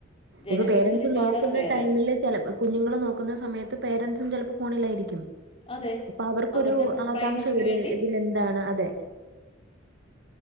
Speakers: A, on the left; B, on the right.
A: ജനറ്റിക്സ്
B: ഇപ്പൊ പേരെന്റ്സ്
A: ഡിസോർഡർ
B: നോക്കുന്ന
A: വേറെ
B: ടൈമില് ചെലപ്പം കുഞ്ഞുങ്ങെൾ നോക്കുന്ന സമയത്ത് പേരെന്റ്സും ചെലപ്പം ഫോണിലായിരിക്കും
A: അതെ
B: അപ്പം അവർക്കൊരു
A: അവരുടെ
B: ആകാംക്ഷ
A: പ്രൈവസിക്ക്
B: വെരും
A: വേണ്ടി
B: ഇതിൽ എന്താണ് അതെ